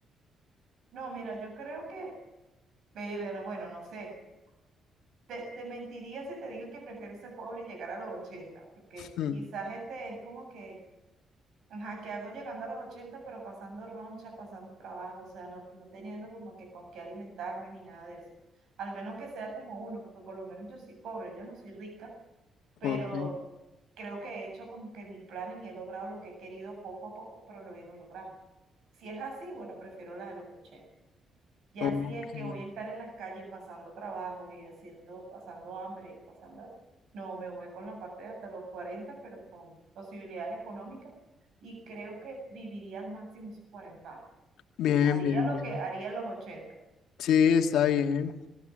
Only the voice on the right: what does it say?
No, mira, yo creo que, pero no, bueno, no sé, te, te mentiría si te digo que prefiero ser pobre y llegar a los 80 porque
quizás este es como que, ajá, que hago llegando a los 80 pero pasando roncha, pasando trabajo, o sea, no, no teniendo como que con qué alimentarme ni nada de eso. Al menos que sea como uno, porque por lo menos yo soy pobre, yo no soy rica pero
creo que he hecho como que mis planes y he logrado lo que he querido poco a poco, pero lo he ido logrando. Si es así, bueno, prefiero la de los ochenta Y
así es que voy a estar en las calles pasando trabajo y haciendo, pasando hambre, y pasando... No, me voy con la parte de hasta los 40 pero con posibilidades económicas. Y creo que viviría al máximo esos 40 años.
Haría
lo
que haría en los ochenta